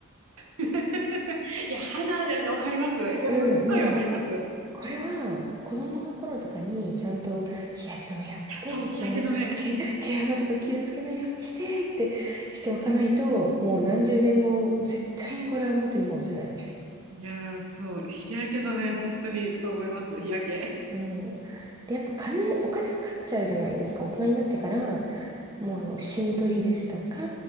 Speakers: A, on the right; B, on the right.
A: <laughs> いや、肌だよね、わかります。いや、
B: うん、
A: すっごいわかります。
B: もう、
A: い
B: これは子供の頃とかにちゃんと日焼け止めやって、
A: やそう、日焼け止め。
B: 毛穴、毛、毛穴とか傷つけないようにしてってしておかないと、もう何十年後、絶対にこれは元に戻せない。
A: いやー、そう、日焼け止め、本当にそう思います、日焼け。
B: もう、で、やっぱ金、お金かかっちゃうじゃないですか。大人になってから、
A: うんうん
B: もうあの、シミ取りですとか、